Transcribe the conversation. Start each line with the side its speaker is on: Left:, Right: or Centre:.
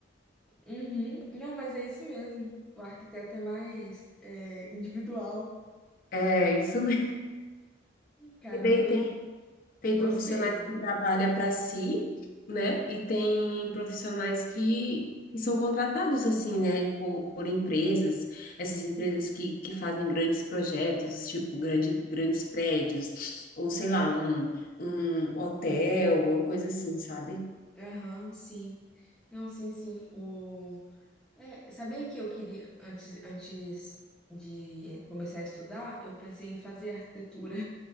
Centre: uhum. Não, mas é isso mesmo. O arquiteto é mais é, individual.
Left: É, isso mesmo. <laughs>
Centre: Caramba,
Left: E daí tem Tem
Centre: gostei.
Left: profissionais que trabalham para si, né? E tem profissionais que, que são contratados assim, né? Por, por empresas, essas empresas que, que fazem grandes projetos, tipo grande, grandes prédios, ou sei lá, um, um hotel, uma coisa assim, sabe?
Centre: Aham, sim. Não, sim, sim. O... É, sabia que eu queria, antes, antes de começar a estudar, eu pensei em fazer arquitetura.